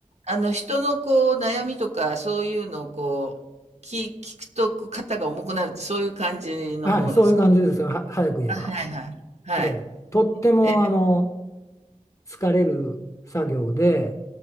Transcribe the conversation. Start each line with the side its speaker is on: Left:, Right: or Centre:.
Right: あの、人のこう、悩みとか、そういうのをこう、き聞くと、こう、肩が重くなるって、そういう感じのものですか？
Left: はい、そういう感じですは、早く言えば。
Right: あ、はいはい。はい。
Left: ええ、とっても、
Right: え、
Left: あの、疲れる作業で、